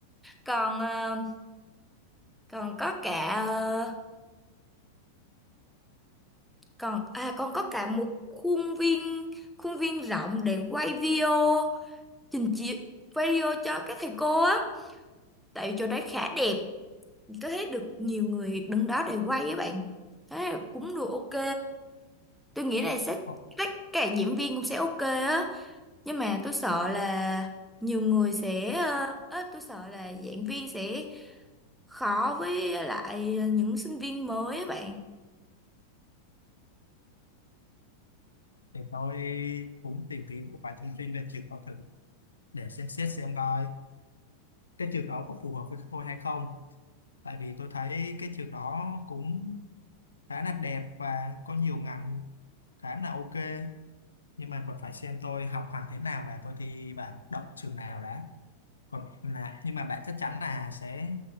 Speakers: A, in the centre; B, on the left.
A: Còn ờ, còn có cả ờ, còn à còn có cả một khuôn viên khuôn viên rộng để quay video trình chiếu quay video cho các thầy cô á tại vì chỗ đấy khá đẹp tôi thấy được nhiều người đứng đó để quay á bạn thế là cũng được ok tôi nghĩ là sẽ
B: Ok,
A: tất cả diễn viên cũng sẽ ok á nhưng mà tôi sợ là nhiều người sẽ ờ, á, tôi sợ là giảng viên sẽ khó với lại ờ, những sinh viên mới á bạn
B: để tôi cũng tìm kiếm một vài thông tin về trường con thử để xem xét xem coi cái trường đó có phù hợp với tôi hay không tại vì tôi thấy cái trường đó cũng khá là đẹp và có nhiều ngành khá là ok nhưng mà còn phải xem tôi học hành thế nào và tôi thi vào đậu trường nào đã còn là nhưng mà bạn chắc chắn là sẽ